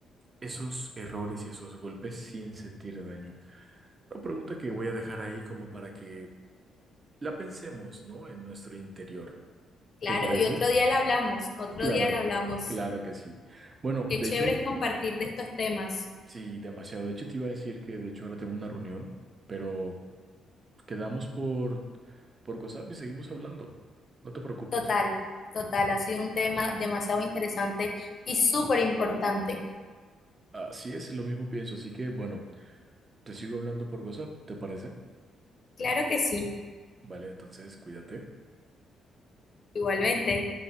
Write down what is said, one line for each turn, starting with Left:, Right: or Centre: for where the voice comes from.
Right: esos errores y esos golpes sin sentir daño? Una pregunta que voy a dejar ahí como para que la pensemos, ¿no? En nuestro interior.
Left: Claro,
Right: ¿Te parece?
Left: y otro día la hablamos, otro
Right: Claro,
Left: día la hablamos.
Right: claro que sí. Bueno,
Left: Qué
Right: de
Left: chévere
Right: hecho,
Left: es compartir de estos temas.
Right: sí, demasiado. De hecho, te iba a decir que de hecho ahora tengo una reunión, pero quedamos por, por WhatsApp y seguimos hablando. No te preocupes.
Left: Total, total, ha sido un tema demasiado interesante y súper importante.
Right: Así es, lo mismo pienso. Así que, bueno. Te sigo hablando por WhatsApp, ¿te parece?
Left: Claro que sí,
Right: Vale, entonces cuídate.
Left: igualmente.